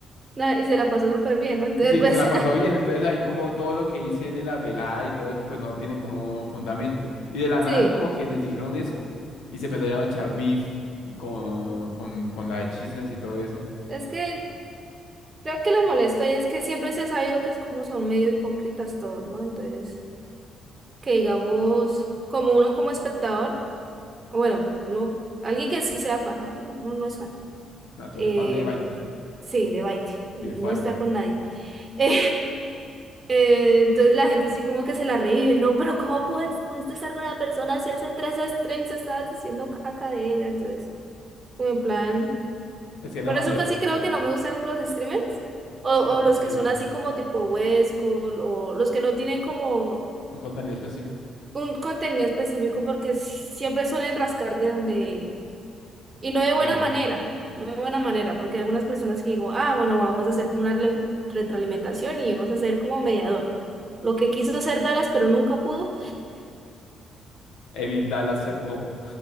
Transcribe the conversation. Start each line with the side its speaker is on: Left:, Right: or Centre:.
Right: nada, y se la pasó súper bien, ¿no? Entonces
Left: Sí,
Right: pues
Left: se la pasó bien, entonces ahí como todo lo que dicen en la velada y todo eso, pues no tiene como fundamento. Y de la nada
Right: <laughs>
Left: como
Right: sí.
Left: que les dijeron eso y se empezaron a echar beef y con, con, con la de chismes y todo eso.
Right: Es que creo que lo molesto ahí es que siempre se ha sabido que es como son medio hipócritas todos, ¿no? Entonces, que digamos, como uno como espectador, o bueno, uno, alguien que sí sea fan, ¿no? Uno no es fan.
Left: No, tú
Right: Eh,
Left: eres fan de Baiti
Right: Sí, de Baiti, no
Left: y de Fallen.
Right: está con nadie. <laughs> Eh, eh, entonces la gente sí como que se la revive, ¿no? Pero ¿cómo puedes, pudiste estar con una persona si hace tres streams estabas diciendo caca de ella? Entonces, como en plan...
Left: Es que lo
Right: Por
Left: malo,
Right: eso casi creo que no me gustan los streamers. O,
Left: sí,
Right: o
Left: no,
Right: los
Left: sí,
Right: que son así como tipo Huesco, o los que no tienen como
Left: un contenido específico.
Right: un contenido específico porque si- siempre suelen rascar de donde, Y no de buena
Left: Sí.
Right: manera, no de buena manera, porque hay algunas personas que digo, ah, bueno, vamos a hacer como una re- retroalimentación y vamos a hacer como mediador. Lo que quiso hacer Dallas, pero nunca pudo.
Left: Evil Dallas ser como.